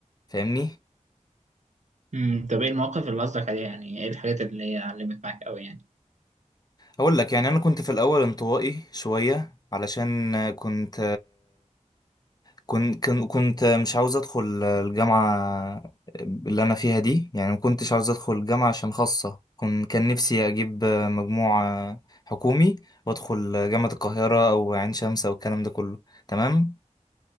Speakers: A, on the left; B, on the right.
A: فاهمني
B: امم طب ايه المواقف اللي قصدك عليها يعني ايه الحاجات اللي هي علمت معاك قوي يعني
A: هقول لك يعني انا كنت في الاول انطوائي شويه علشان كنت كنت كنت مش عاوز ادخل الجامعه اللي انا فيها دي يعني ما كنتش عاوز ادخل جامعه عشان خاصه كن- كان نفسي اجيب مجموع حكومي وادخل جامعه القاهره او عين شمس او الكلام ده كله تمام